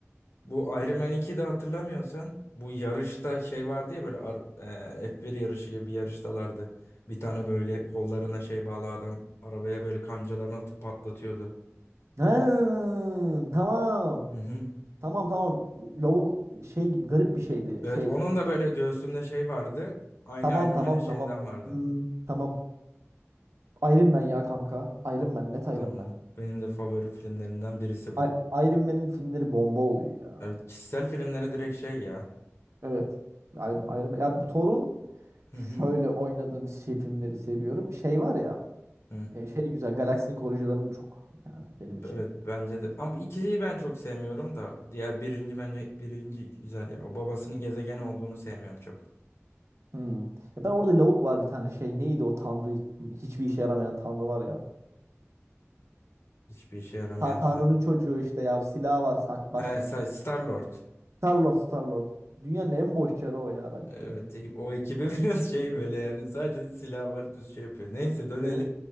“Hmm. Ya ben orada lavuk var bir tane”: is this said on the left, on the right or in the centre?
Right